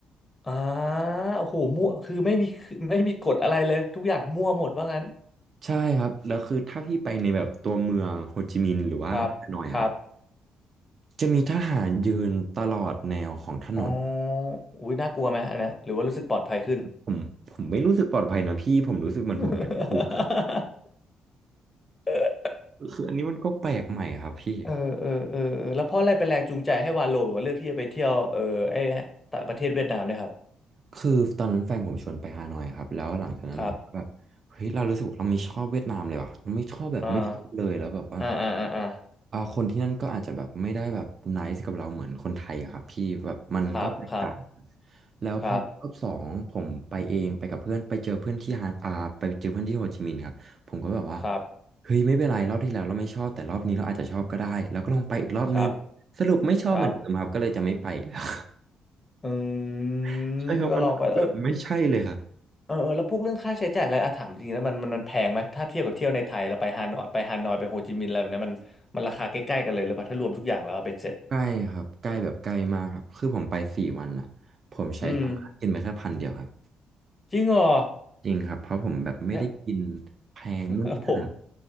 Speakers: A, on the left (about 25°); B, on the right (about 45°).
A: อ่าโอ้โหมั่วคือไม่มีไม่มีกฎอะไรเลยทุกอย่างมั่วหมดว่างั้น
B: ใช่ครับแล้วคือถ้าพี่ไปในแบบตัวเมืองโฮจิมินห์หรือว่าฮานอยครับ
A: ครับครับ
B: จะมีทหารยืนตลอดแนวของถนน
A: อ๋ออุ้ยน่ากลัวไหมอันเนี้ยหรือว่ารู้สึกปลอดภัยขึ้น
B: ผมผมไม่รู้สึกปลอดภัยนะพี่ผมรู้สึกเหมือนผมอยู่ในคุกครับ
A: <laughs> เ
B: คืออันนี้มันก็แปลกใหม่ครับพี่
A: ออเออเออเออแล้วเพราะอะไรเป็นแรงจูงใจให้วาโลแบบว่าเลือกที่จะไปเที่ยวเออไอ้ต่างประเทศเวียดนามเนี่ยครับ
B: คือตอนนั้นแฟนผมชวนไปฮานอยครับแล้วหลังจากนั้นผมก็แบบเฮ้ยเรารู้สึกว่าเราไม่ชอบเวียดนามเลยว่ะเราไม่ชอบแบบไม่ชอบเลยแล้วแบบว่า
A: ครับอ่าอ่าอ่าอ่าอ่า
B: อ่าคนที่นั่นก็อาจจะแบบไม่ได้แบบไนซ์กับเราเหมือนคนไทยอะครับพี่แบบมันก็แตกต่าง
A: ครับครับ
B: แล้วพอรอบสองผมไปเองไปกับเพื่อนไปเจอเพื่อนที่ฮานอาไปเจอเพื่อนที่โฮจิมินห์ครับผมก็แบบว่า
A: ครับครับ
B: เฮ้ยไม่เป็นไรรอบที่แล้วเราไม่ชอบแต่รอบนี้เราอาจจะชอบก็ได้แล้วก็ลองไปอีกรอบนึง
A: ครับ
B: สรุปไม่ชอบเหมือนเดิมครับก็เลยจะไม่ไปอีกแล้ว
A: ครับอืม
B: <laughs> ใช่ครับมันแบบไม่ใช่เลยครับ
A: ก็ลองไปเออเออเออแล้วพวกเรื่องค่าใช้จ่ายอะไรอาถามจริงๆแล้วมันมันมันแพงไหมถ้าเทียบกับเที่ยวในไทยแล้วไปฮานอยไปฮานอยไปโฮจิมินห์อะไรแบบเนี้ยมันมันราคาใกล้ๆกันเลยหรือเปล่าถ้ารวมทุกอย่างแล้วอะเป็นเสร็จ
B: ใกล้ครับใกล้แบบใกล้มากครับคือผมไปสี่วันอ่ะผมใช้ตังค่ากินไปแค่พันเดียวครับ
A: อืมจริงเหรอ
B: จริงครับเพราะผมแบบไม่ได้กิน
A: แล้ว
B: แพงนู่นนี่นั่นครับ
A: <laughs> ผม